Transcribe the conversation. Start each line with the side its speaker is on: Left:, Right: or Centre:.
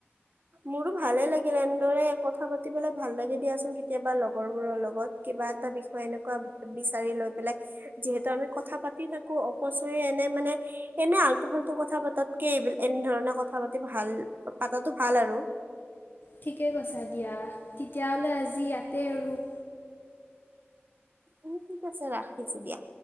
Right: মোৰো ভালে লাগিল। এনেদৰে কথা পাতি পেলাই ভাল লাগি দিয়াচোন, কেতিয়াবা লগৰবোৰৰ লগত কিবা এটা বিষয় এনেকুৱা বিচাৰি লৈ পেলাই যিহেতু আমি কথা পাতি থাকো অপচয় এনে মানে এনে আলটু ফাল্টু কথা পাতাতকে এইব এনেধৰণে কথা পাতি ভাল পাতাটো ভাল আৰু।
Left: ঠিকে কৈছা দিয়া, তেতিয়াহলে আজি ইয়াতে আৰু
Right: উম ঠিক আছে ৰাখিছো দিয়া।